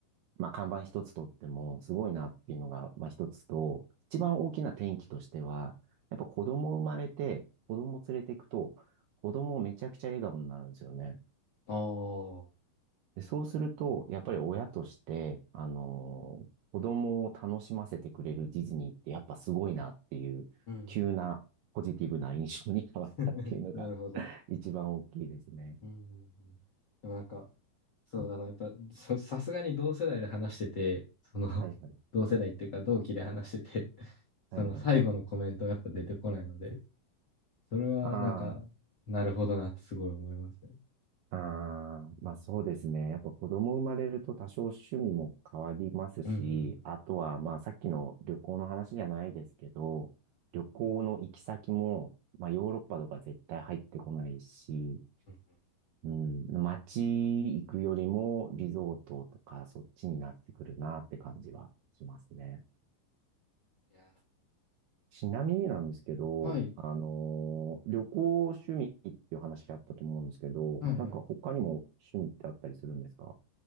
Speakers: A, on the right; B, on the left.
A: まあ、看板一つとってもすごいなっていうのが、まあ、一つと、一番大きな転機としては、やっぱ子供生まれて、子供連れていくと、子供めちゃくちゃ笑顔になるんですよね。
B: ああ。
A: で、そうすると、やっぱり親として、あのー子供を楽しませてくれるディズニーってやっぱすごいなっていう、
B: うん
A: 急なポジティブな印象に変わったっていうのが
B: うん。<laughs> なるほど。
A: <laughs> 一番大きいですね。
B: うんうんうん。でもなんか、そう、あの、やっぱ、そさすがに同世代で話してて、その、
A: はいはい。
B: <laughs> 同世代っていうか同期で話してて、
A: はいはい。
B: その最後のコメントはやっぱ出てこないので、それはなんか、
A: あ
B: なるほどなってすごい思いますね。
A: あ、ああ、まあそうですね。やっぱ子供生まれると多少趣味も変わりますし、
B: うんうん
A: あとはまあさっきの旅行の話じゃないですけど、旅行の行き先も、まあヨーロッパとか絶対入ってこないし、
B: うんうん。
A: うん、街行くよりもリゾートとかそっちになってくるなって感じはしますね。
B: いや
A: ちなみになんですけど、
B: はい、
A: あのー旅行趣味っていう話あったと思うんですけど、
B: はいはい。
A: なんか他にも趣味ってあったりするんですか